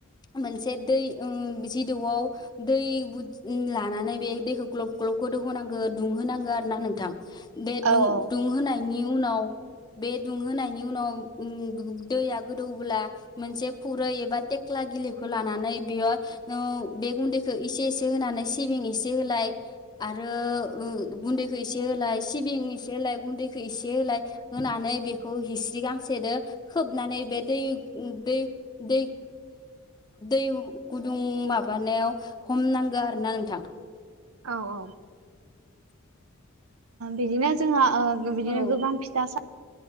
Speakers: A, on the left; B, on the right.
A: मोनसे दै उ जिदुआव दै बुद लानानै बे दैखौ ग्लब ग्लब गोदौ होनांगौ दुंहोनांगौ आरो ना नोंथां, बे दुं
B: औ औ
A: दुंहोनायनि उनाव, बे दुंहोनायनि उनाव ओ दैया गोदौब्ला मोनसे खुरै एबा थेख्ला गिलिखौ लानानै बेयाव नों बे गुन्दै खो एसे एसे होनानै सिबिं एसे होलाय आरो ओ गुन्दै होलाय सि सिबिं एसे होलाय गुन्दैखौ इसे होलाय होनानै बेखौ हिस्रि गांसेजों खोबनानै बे दै दै दै गुदुं माबानायाव, हमनांगौ आरो ना नोंथां,
B: औ औ बिदिनो जोंहा, ओ बिदिनो
A: औ
B: गोबां फिथा सा